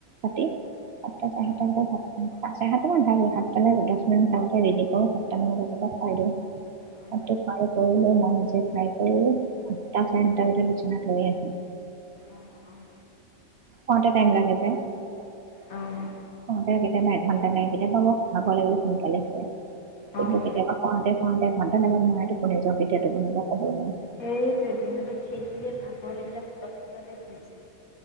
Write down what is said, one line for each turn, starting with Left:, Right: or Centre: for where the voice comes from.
Right: ৰাতি
Left: উম,
Right: সাতটা চাৰে
Left: উম,
Right: সাতটা ভিতৰত ভাত খাওঁ চাৰে সাতটা মান ভাত সাতটালৈ দহ মিনিট আগতে ৰেডি কৰো সাতটা মান ব পৰা খুৱাই দিওঁ তাত
Left: উম,
Right: ফ্ৰাই কৰি মন ফ্ৰাই কৰি আঠটা চাৰে সাতটা ভিতৰত বিচনাত শুৱে আৰু।
Left: অ', অ'।
Right: খওঁতে টাইম লাগে যে
Left: অ',
Right: খওঁতে কেতিয়াবা এঘন্টা লাগে কেতিয়াবা ভাগৰ লাগিলে সোনকালে শুৱে। কিন্তু
Left: অ',
Right: কেতিয়াবা খুৱাওঁতে অ দেৰ ঘণ্টা লাগে টোপনি যাওঁতে কেতিয়া টোপনি যাওঁ কবৈ নোৱাৰো।
Left: সেয়েতো সিহঁতে খেলিলে ভাগৰ লাগিলে তৎক্ষণতে শুই যায়।